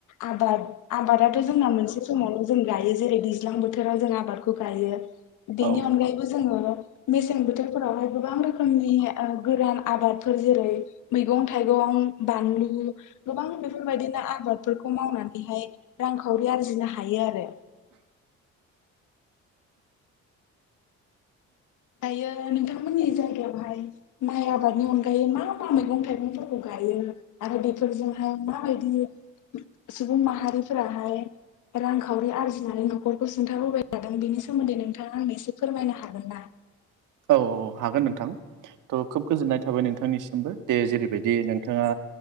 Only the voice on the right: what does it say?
औ
औ हागोन नोंथां थ खोब गोजोननाय थाबाय नोंथांनिसिमबो दे जेरैबायदि नोंथाङा